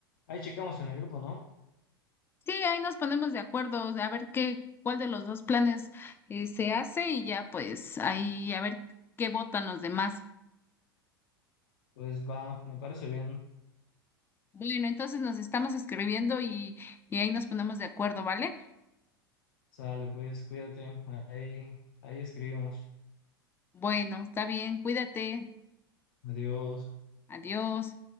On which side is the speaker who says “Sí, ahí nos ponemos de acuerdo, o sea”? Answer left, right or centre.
Left